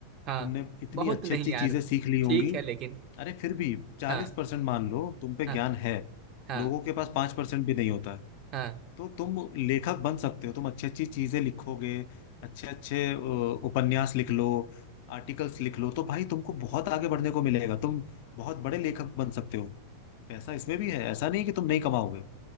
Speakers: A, on the right (about 35°); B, on the left (about 50°).
A: हाँ
B: तुमने इतनी
A: बहुत
B: अच्छी
A: नहीं
B: अच्छी
A: यार
B: चीजें सीख ली होंगी
A: ठीक है लेकिन
B: अरे फिर भी चालीस
A: हाँ
B: परसेंट मान लो तुम पे
A: हाँ
B: ज्ञान है
A: हाँ
B: लोगों के पास पांच परसेंट भी नहीं होता है
A: हाँ
B: तो तुम लेखक बन सकते हो तुम अच्छी अच्छी चीजें लिखोगे अच्छे अच्छे अ, उपन्यास लिख लो आर्टिकल्स लिख लो तो भाई तुमको बहुत आगे बढ़ने को मिलेगा तुम बहुत बड़े लेखक बन सकते हो पैसा इसमें भी है ऐसा नहीं कि तुम नहीं कमाओगे